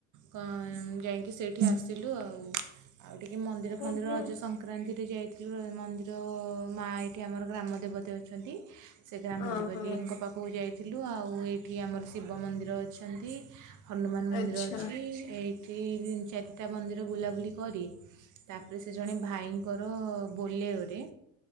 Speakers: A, on the right; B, on the left.
A: କଅ ଯାଇକି ସେଇଠି ଆସିଲୁ ଆଉ, ଆଉ ଟିକେ ମନ୍ଦିର
B: ହୁଁ
A: ଫନ୍ଦିର
B: ହୁଁ
A: ରଜ ସନ୍ ସଂକ୍ରାନ୍ତିରେ ଯାଇଥିଲୁ ଆ ମନ୍ଦିର ଅ, ମା ଏଇଠି ଆମର ଗ୍ରାମ ଦେବତି ଅଛନ୍ତି। ସେ ଗ୍ରାମ
B: ଓହୋ
A: ଦେବତିଙ୍କ ପାଖକୁ ଯାଇଥିଲୁ, ଆଉ ଏଇଠି ଆମର ଶିବ ମନ୍ଦିର ଅଛନ୍ତି। ହନୁମାନ ମନ୍ଦିର
B: ଆଚ୍ଛା
A: ଅଛି, ଏଇଠି ତିନି ଚାରିଟା ମନ୍ଦିର ବୁଲାବୁଲି କରି ତାପରେ ସେ ଜଣେ ଭାଇଙ୍କର ବୋଲେୟରେ,